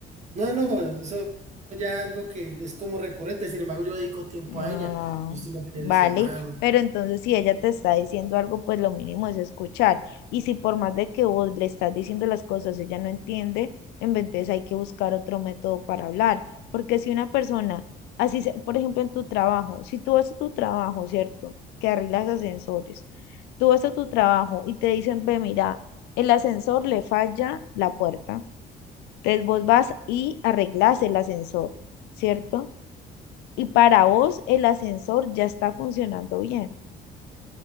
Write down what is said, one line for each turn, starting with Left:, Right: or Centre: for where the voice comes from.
Right: No, no, eso ya algo que es como recurrente, sin embargo yo dedico tiempo a
Left: Ah,
Right: ella, justo los fines
Left: vale,
Right: de semana.
Left: pero entonces si ella te está diciendo algo, pues lo mínimo es escuchar. Y si por más de que vos le estás diciendo las cosas, ella no entiende, en vez de eso hay que buscar otro método para hablar. Porque si una persona, así, se- por ejemplo, en tu trabajo, si tú vas a tu trabajo, ¿cierto? Que arreglas ascensores, tú vas a tu trabajo y te dicen, ve, mira, el ascensor le falla la puerta. Entonces vos vas y arreglas el ascensor, ¿cierto? y para vos el ascensor ya está funcionando bien,